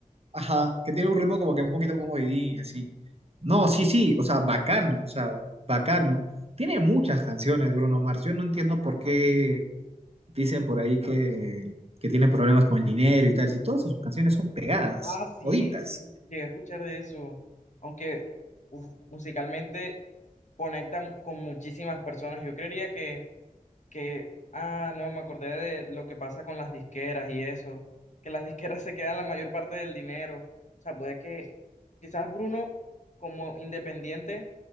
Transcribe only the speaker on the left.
Ah, sí,
sí, llegué a escuchar de eso. Aunque uf, musicalmente conecta mu- con muchísimas personas. Yo creería que que, ah, no, me acordé de lo que pasa con las disqueras y eso, que las disqueras <laughs> se quedan la mayor parte del dinero. O sea, puede que quizás Bruno como independiente